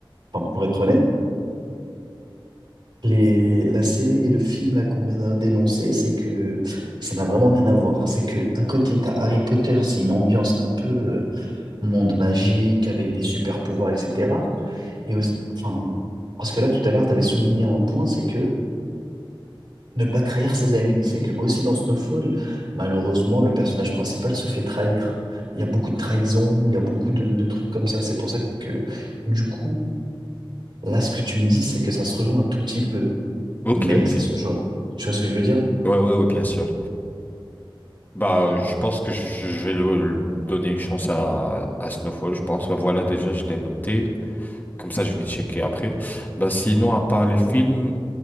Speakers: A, on the right; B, on the left.
A: enfin, pour être honnête, les, la série et le film là qu'on vient de d'énoncer, c'est que ça n'a vraiment rien à voir. C'est que d'un côté, t'as Harry Potter, c'est une ambiance un peu euh, monde magique avec des super pouvoirs, etc. Et aussi- enfin, parce que là, tout à l'heure, tu avais souligné un point, c'est que ne pas trahir ses amis. C'est que aussi dans Snowfall, malheureusement, le personnage principal se fait trahir. Il y a beaucoup de trahison, il y a beaucoup de, de trucs comme ça. C'est pour ça que, du coup, là, ce que tu me dis, c'est que ça se rejoint un tout petit peu.
B: Ok,
A: Mais
B: ok.
A: ça se rejoint. Tu vois ce que je veux dire?
B: Ouais, ouais, ouais, bien sûr. Bah, euh, je pense que je je vais le- le donner une chance à, à Snowfall, je pense. Ouais, Voilà, déjà, je l'ai noté. Comme ça, je vais checker après. Bah, sinon, à part les films,